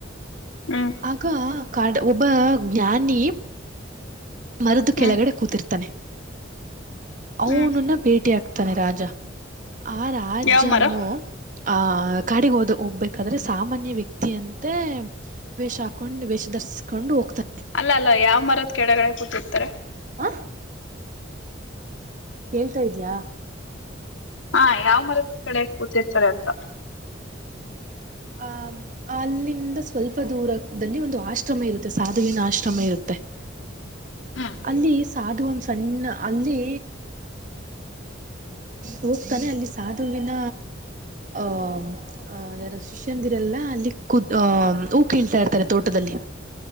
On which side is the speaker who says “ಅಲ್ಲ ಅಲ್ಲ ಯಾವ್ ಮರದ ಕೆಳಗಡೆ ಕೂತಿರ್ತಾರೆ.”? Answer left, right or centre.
Left